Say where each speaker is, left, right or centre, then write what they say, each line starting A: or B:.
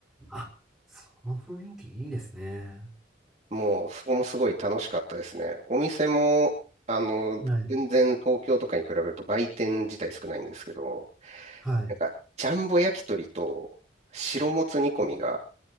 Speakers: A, in the centre; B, on the right.
A: あ、その雰囲気いいですね。
B: もうそこもすごい楽しかったですね。お店も、あの、
A: はい。
B: 全然東京とかに比べると売店自体少ないんですけど、
A: はい。
B: なんか、ジャンボ焼き鳥と白もつ煮込みが